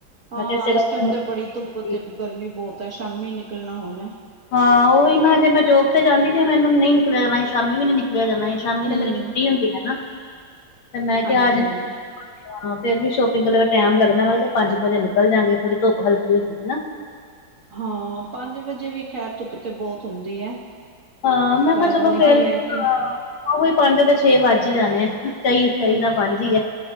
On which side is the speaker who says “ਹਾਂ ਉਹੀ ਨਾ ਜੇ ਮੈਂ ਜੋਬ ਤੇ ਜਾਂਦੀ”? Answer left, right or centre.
Left